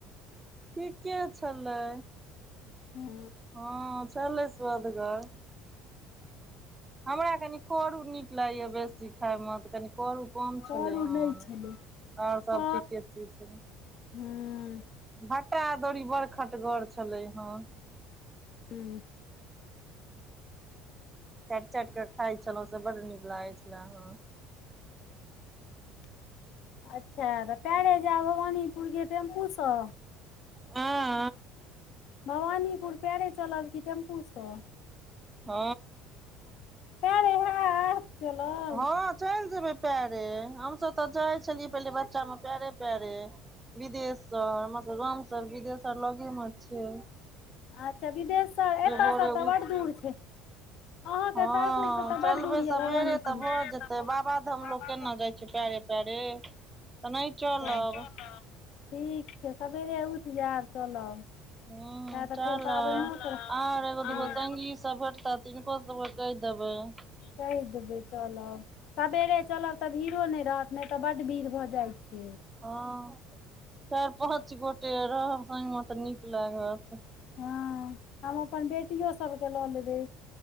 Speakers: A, on the right; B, on the left.
A: ठीके छलै।
B: हूं।
A: हँ छलै स्वदगर। हमरा कनि करू नीक लागैय बेसी खाय म, तऽ कनि करू कम
B: कर
A: छलै
B: उर
A: हन,
B: नहि छलै
A: अओर सब
B: ओ
A: ठीके चीज छलै।
B: हूँ।
A: भाटा अदौरी बड़ खटगर छलै हन।
B: हूं
A: चैट -चैट क खाइ छलऊ से बड नीक लागै छले हँ।
B: अच्छा, तऽ पैरे जैब भवानीपुर कि टेम्पूसँ।
A: अँ
B: भवानीपुर पैरे चलब की टेम्पू सँ
A: हँ।
B: पैरे हैत चलल
A: हँ चलि जेबै पैरे, हमसब तऽ जाइ छलियै पहिले बच्चा मे पैरे पैरे, विद्येशर हमर सबके गांम सँ विद्येशर लगे म छय।
B: अच्छा विद्येश्वर एतऽ
A: भोरे
B: सँ तऽ
A: उठ
B: बड्ड दूर छय। अहाँके
A: हँ
B: सासुर सँ तऽ
A: चलबै
B: बड दूर यऽ
A: सबेरे
B: भवानीपुर।
A: तऽ भऽ
B: हूं
A: जेतै बाबाधाम लोक केना जाइ छै पैरे पैरे तऽ नहि चलब
B: सैह। ठीक छै, सबेरे उठि जाएब चलब
A: हं
B: किए तऽ
A: चलब।
B: फेर पाबनिओके
A: और एगो
B: ठीक
A: दूगो संगी सब भेटतथ तिनको सबके कहि देबैन।
B: कहि देबै चलब, सबेरे चलब तब भीड़ो नै रहत, नै त बड्ड भीड़ भ जाइ छै।
A: हं <inaudible> चारि पाँच गोटे रहब संगमे त नीक लागत।
B: हँ, हम अपन बेटियो सबके ल लेबै।